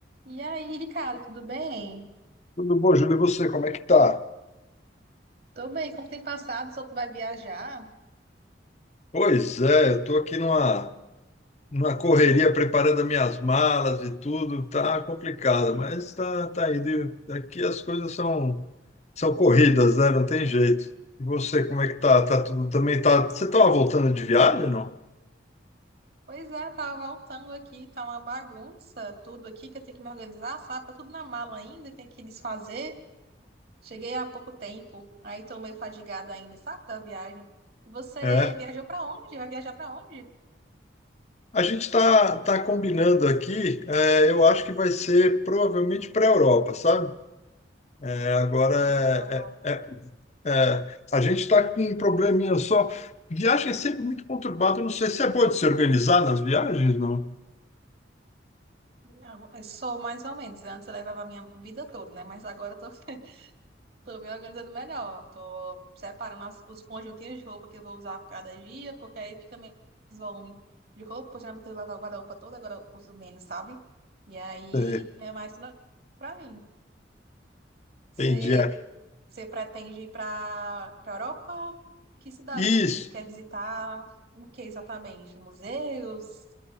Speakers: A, on the right; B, on the left.
A: E aí, Ricardo, tudo bem?
B: Tudo bom, Júlio? E você, como é que tá?
A: Tô bem, como tem passado? Só tu vai viajar?
B: Pois é, eu tô aqui numa, numa correria preparando as minhas malas e tudo, tá complicado, mas tá, tá indo. Aqui as coisas são, são corridas, né? Não tem jeito. E você, como é que tá? Tá tudo também tá. Você tava voltando de viagem, não?
A: Pois é, tava voltando aqui, tá uma bagunça, tudo aqui que eu tenho que me organizar, sabe? Tá tudo na mala ainda, tem que desfazer. Cheguei há pouco tempo, aí tô meio fadigado ainda, sabe, da viagem. E Você
B: É.
A: viajou pra onde? Vai viajar pra onde?
B: A gente tá, tá combinando aqui, é, eu acho que vai ser provavelmente para a Europa, sabe? É, Agora
A: Sei, pra Europa.
B: é, é, é É, a gente está com um probleminha só. Viagem é sempre muito conturbada. Não sei se é bom de se organizar nas viagens, não.
A: Não, eu sou mais ou menos. Antes eu levava a minha vida toda, né? Mas agora eu tô <laughs> Tô me organizando melhor. Tô separando as- os conjuntinhos de roupa que eu vou usar por cada dia, porque aí fica menos volume de roupa. porque Geralmente eu lavo a guarda-roupa toda, agora eu uso menos, sabe? E aí
B: É,
A: é mais tranquilo pra mim. Você,
B: entendi. É.
A: você pretende ir pra, pra Europa? Que cidade,
B: Isso.
A: assim? Você quer visitar o que exatamente? Museus?